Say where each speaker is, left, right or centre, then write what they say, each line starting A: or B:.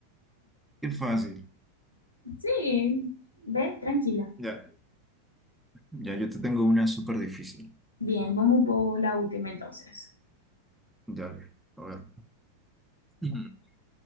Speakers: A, in the centre; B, on the left.
A: Qué fácil.
B: Sí, ve, tranquila.
A: Ya. Ya, yo te tengo una súper difícil.
B: Bien, vamos por la última entonces.
A: Dale. A ver. Mm.